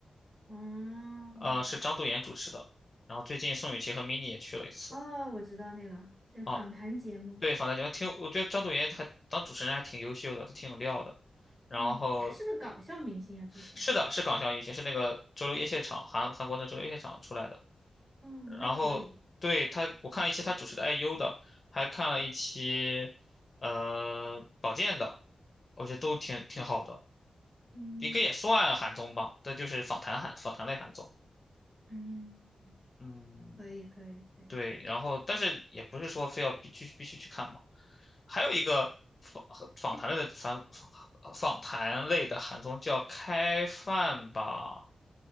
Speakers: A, on the right; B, on the left.
A: 哦，
B: 呃，
A: 哦，
B: 是张度妍主持的。然后最近宋雨琦和 mini 也去了一次。
A: 哦我知道那个叫访谈节目，
B: 哦，对，访谈节目挺有我觉得张度妍还当主持人还挺优秀的，她挺有料的。然后
A: 嗯，他是不是搞笑明星啊？之前，
B: 是的，是港校运行，是那个周六夜现场，韩韩国的周六夜现场出来的。
A: 哦，
B: 然后对他，
A: 那可以，
B: 我看了一期他主持的 IU 的，还看了一期呃保健的，我觉得都挺挺好的，
A: 嗯
B: 应该也算韩综吧，但就是访谈韩访谈类韩综。
A: 嗯，
B: 嗯，
A: 可以可以可以，
B: 对，然后但是也不是说非要必须必须去看嘛。还有一个访访谈类的访访访谈类的韩综叫《开饭吧，